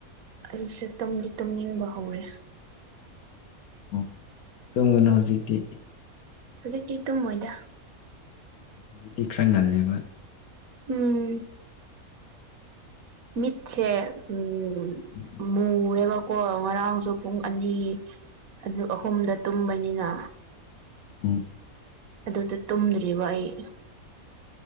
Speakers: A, on the right; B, on the left.
A: ꯑꯩꯁꯨ ꯇꯨꯝꯗꯤ ꯇꯨꯝꯅꯤꯡꯕ ꯍꯧꯔꯦ
B: ꯎ ꯇꯨꯝꯒꯅꯣ ꯍꯧꯖꯤꯛꯇꯤ
A: ꯍꯧꯖꯤꯛꯇꯤ ꯇꯨꯝꯃꯣꯏꯗ
B: ꯑꯗꯨꯗꯤ ꯈꯔ ꯉꯜꯂꯦꯕ
A: ꯎꯝ ꯃꯤꯠꯁꯦ ꯎꯝ
B: <inaudible>
A: ꯃꯨꯔꯦꯕꯀꯣ ꯉꯔꯥꯡꯁꯨ ꯄꯨꯡ ꯑꯅꯤ ꯑꯅꯤ ꯑꯍꯨꯝꯗ ꯇꯨꯝꯕꯅꯤꯅ
B: ꯎꯝ
A: ꯑꯗꯨꯗ ꯇꯨꯝꯗ꯭ꯔꯤꯕ ꯑꯩ